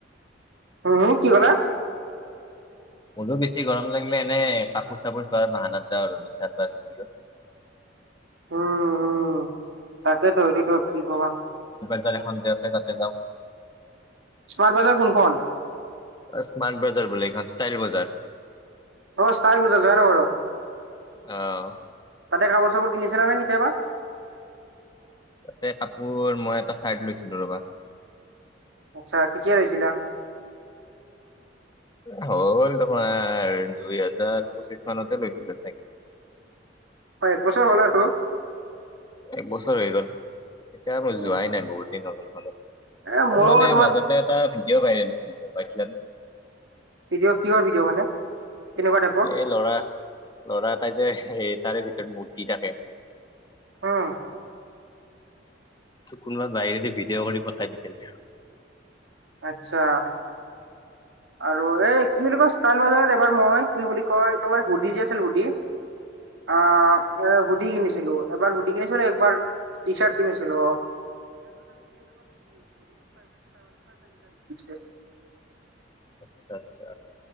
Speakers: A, on the right (about 80°); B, on the left (about 25°).
A: হম হম কি ক'লা?
B: মোৰো বেছি গৰম লাগিলে এনে কাপোৰ চাপোৰ চোৱাৰ বাহানাত যাওঁ আৰু বিশাল বা যুদিয়ত।
A: উম উম তাকেইেতো এইটোতো কি কবা।
B: ইয়াত এখন যে আছে তাতে যাওঁ।
A: স্মাৰ্ট বাজাৰ কোনখন।
B: স্মাট বজাৰ বুলি এইখন ষ্টাইল বজাৰ।
A: অ ষ্টাইল বজাৰ যানানে বাৰু
B: অ'।
A: তাতে কাপোৰ চাপোৰ কিনিছিলা নে কেতিয়াবা
B: তাতে কাপোৰ মই এটা চাৰ্ট লৈছিলোঁ ৰ'বা
A: আচ্ছা কেতিয়া লৈছিলা?
B: হ'ল তোমাৰ দুই হাজাৰ পঁচিছ মানতে লৈছিলো চাই
A: অ এক বছৰ হ'ল আৰু তোৰ
B: এক বছৰ হৈ গ'ল। এতিয়া মই
A: উম
B: যোৱাই নাই বহুত দিন হল সেইখনত
A: এ মইও
B: মানে
A: তোমাৰ
B: মাজতে এটা ভিডিঅ' ভাইৰেল হৈছিল পাইছিলা নে
A: ভিডিঅ কিহৰ ভিডিঅ' মানে কেনেকুৱা টাইপৰ
B: এই ল'ৰা ল'ৰা এতাই যে সেই তাৰে ভিতৰত মূৰ্তি থাকে।
A: অ
B: কোনোবা বাহিৰেদি ভিডিঅ' কৰি পঠাই দিছিল।
A: আচ্ছা। আৰু এই কি বুলি কয় ষ্টাল বজাৰ এইবাৰ মই কি বুলি কয় তোমাৰ হুডি যে আছিল হুডি অ এ শুডি কিনিছিলো এবাৰ শুডি কিনিছিলো একবাৰ টি চাৰ্ট কিনিছিলো। <unintelligible>
B: আচ্ছা আচ্ছা